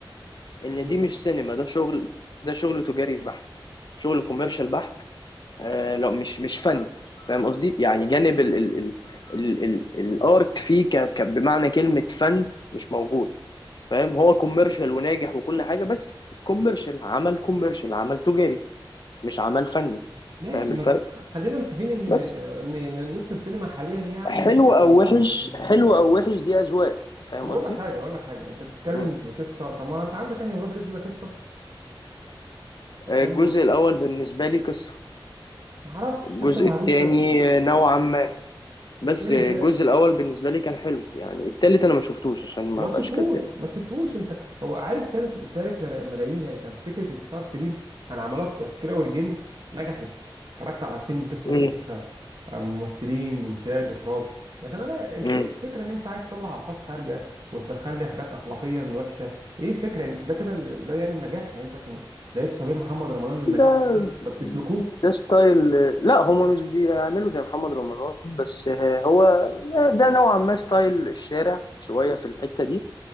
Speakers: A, on the left; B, on the right.
A: ان
B: ايه
A: دي
B: بقى
A: مش سينما ده شغل ده شغل تجاري بحت شغل كوميرشال بحت آه لو مش مش فن فاهم قصدي يعني جانب ال ال ال ال ال الارت فيه ك ك بمعنى كلمة فن مش موجود فاهم هو كوميرشال وناجح وكل حاجة بس كوميرشال عمل كوميرشال عمل تجاري مش عمل فني
B: ماشي
A: فاهم الفرق
B: بس خ- خلينا متفقين ان ان
A: بس
B: إن يعني نص السينما حاليا يعني
A: حلو او
B: م-
A: وحش
B: مش مش
A: حلو
B: قصه
A: او وحش دي اذواق فاهم
B: طب اقول
A: قصدي
B: لك حاجه اقول لك حاجه انت بتتكلم
A: مم.
B: في قصه طب ما انت عندك يعني ولاد رزق ده قصه
A: آه،
B: افلام
A: الجزء الاول بالنسبة لي قصة
B: ما اعرفش
A: الجزء
B: قصه مهروسه
A: التاني آه، نوعا ما بس
B: التالت
A: آه،
B: ده
A: الجزء الاول بالنسبة لي كان حلو يعني التالت انا ما شفتوش عشان ما
B: وما
A: بقاش
B: تشوفوش
A: كداب
B: ما تشوفوش انت هو عارف سالف سالف ملا- ملايين يعني كان فكره الصرف دي كان عملوها بت- في كده والجن نجحت اتفرجت على فيلم قصه
A: مم.
B: كويسه آه، ممثلين انتاج اخراج لكن انا انت
A: مم.
B: ايه الفكره ان انت عايز تطلع الفاظ خارجه وتدخل لي حاجات اخلاقيا وحشه ايه الفكره يعني ده كده ده يعني النجاح يعني انت عشان لقيته سبيل محمد رمضان للنجاح
A: ده
B: هو ده فبتسلكوه
A: ده ستايل لا هما مش بيعملوا زي محمد رمضان بس هو ده نوعا ما ستايل الشارع شوية في الحتة دي